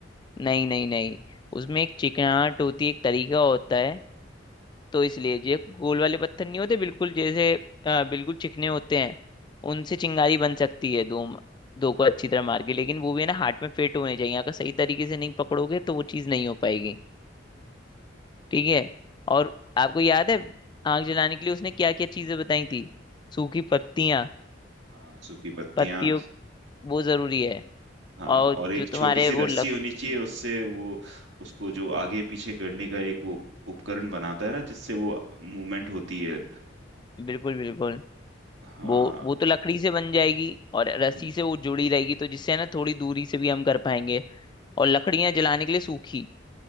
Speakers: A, on the left; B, on the right.
A: नहीं नहीं नहीं उसमें एक चिकनाहट होती है एक तरीका होता है तो इसलिए ये गोल वाले पत्थर नहीं होते बिल्कुल जैसे अ, बिल्कुल चिकने होते हैं उनसे चिंगारी बन सकती है दो दो को अच्छी तरह मार के लेकिन वो भी है ना हाथ में फिट होने चाहिए अगर सही तरीके से नहीं पकड़ोगे तो वो चीज़ नहीं हो पाएगी ठीक है और आपको याद है आग जलाने के लिए उसने क्या क्या चीज़ें बताई थी सूखी पत्तियां
B: हाँ सूखी पत्तियां
A: पत्तियों वो जरूरी है
B: हाँ
A: और
B: और एक
A: जो तुम्हारे
B: छोटी सी रस्सी
A: वो लक
B: होनी चाहिए उससे वो उसको जो आगे पीछे करने का एक वो उपकरण बनाता है ना जिससे वो मूवमेंट होती है
A: बिल्कुल बिल्कुल
B: हाँ
A: वो वो तो लकड़ी से बन जाएगी और रस्सी
B: हम्म।
A: से वो जुड़ी रहेगी तो जिससे है ना थोड़ी दूरी से भी हम कर पाएंगे और लकड़ियां जलाने के लिए सूखी